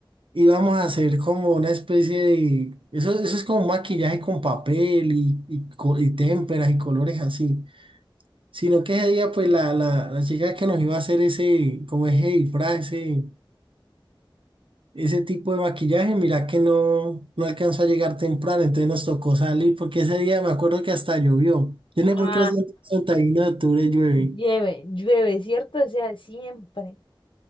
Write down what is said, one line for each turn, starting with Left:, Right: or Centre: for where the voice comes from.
Right: íbamos a hacer como una especie de... Eso, eso es como un maquillaje con papel y, y, co- y témperas y colores así. Sino que ese día pues la, la, la chica que nos iba a hacer ese, como ese disfraz, ese Ese tipo de maquillaje, mira que no, no alcanzó a llegar temprano, entonces nos tocó salir, porque ese día me acuerdo que hasta llovió. Yo no sé
Left: Ah.
Right: por qué los días 31 de octubre llueve.
Left: Llueve, llueve, ¿cierto? O sea, siempre.